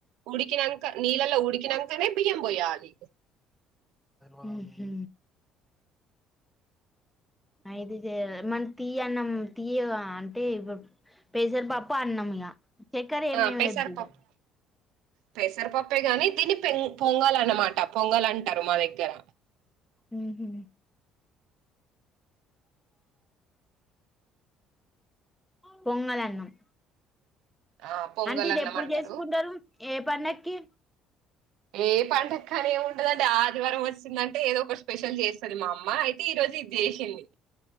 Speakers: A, on the right; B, in the centre.
A: ఉడికినంక నీళ్ళలో ఉడికినంకనే బియ్యం పోయాలి
B: ఉహు అయితే జేయాలి మన్ తీయన్నం తీయగా అంటే ఇప్పుడ్ పెసరపప్పు అన్నం ఇగ చక్కర్ ఏమేమియద్దు
A: ఆ పెసరపప్పు
B: ఇగ
A: పెసరపప్పే గాని దీని పెంగ్ పొంగల్ అన్నమాట పొంగల్ అంటారు మా దగ్గర
B: ఉహు పొంగలన్నం
A: ఆ పొంగల్
B: అంటే ఇది
A: అన్నం
B: ఎప్పుడు
A: అంటారు
B: చేసుకుంటారు ఏ పండక్కి
A: ఏ పండక్కని ఏమి ఉండదండి ఆదివారం వచ్చింటే ఏదో ఒక స్పెషల్ చేస్తంది మా అమ్మ అయితే ఈ రోజు ఇది చేసింది